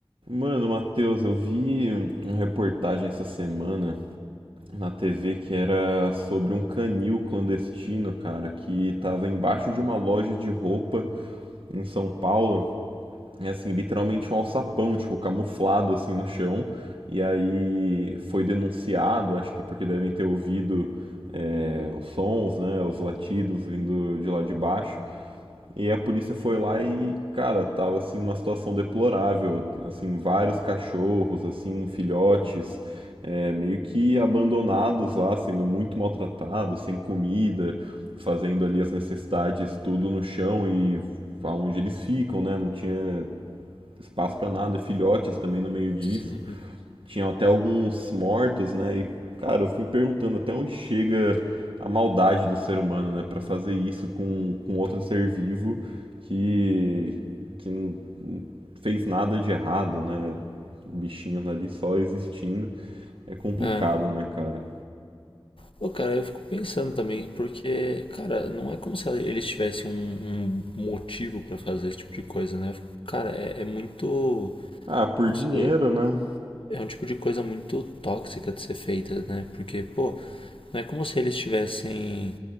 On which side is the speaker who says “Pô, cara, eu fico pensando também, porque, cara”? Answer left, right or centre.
Left